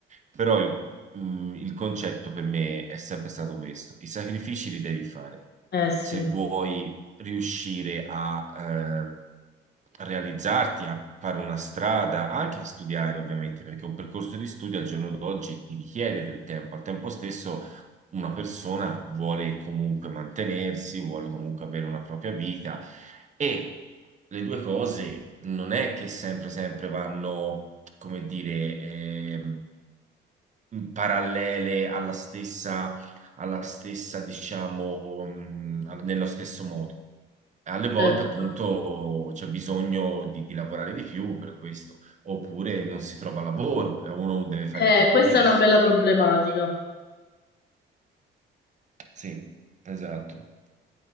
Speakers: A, on the right; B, on the left.
A: Però il, mh, il concetto per me è sempre stato questo, i sacrifici li devi fare
B: Eh sì,
A: se vuoi riuscire a eh, realizzarti, a fare una strada, anche a studiare, ovviamente, perché un percorso di studio al giorno d'oggi ti richiede del tempo. Al tempo stesso, una persona vuole comunque mantenersi, vuole comunque avere una propria vita e le due cose non è che sempre, sempre vanno, come dire, ehm, parallele alla stessa alla stessa, diciamo, mh, al- nello stesso modo. Alle volte,
B: certo.
A: appunto, c'è bisogno di, di lavorare di più per questo, oppure non si trova lavoro e uno deve fare
B: Eh,
A: dei compromessi.
B: questa è una bella problematica.
A: Sì, esatto.